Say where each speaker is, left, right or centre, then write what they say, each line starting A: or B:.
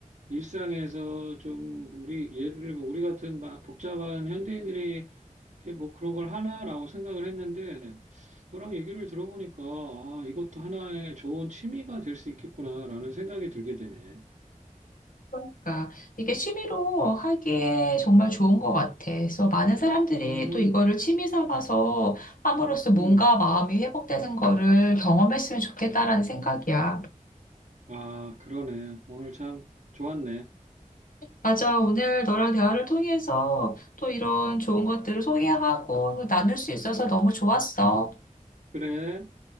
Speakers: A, on the right; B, on the left.
A: 일상에서 좀 우리 예를 들면 우리 같은 막 복잡한 현대인들이 이게 뭐 그런 걸 하나라고 생각을 했는데 너랑 얘기를 들어보니까 아 이것도 하나의 좋은 취미가 될 수 있겠구나라는 생각이 들게 되네.
B: 그러니까 이게 취미로 하기에 정말 좋은 것 같아. 그래서 많은 사람들이
A: 음,
B: 또 이거를 취미 삼아서 함으로써 몸과
A: 음,
B: 마음이 회복되는 거를 경험했으면 좋겠다라는
A: 음.
B: 생각이야.
A: 아 그러네. 오늘 참 좋았네.
B: 맞아. 오늘 너랑 대화를 통해서 또 이런 좋은 것들을 소개하고 나눌 수 있어서 너무 좋았어.
A: 그래.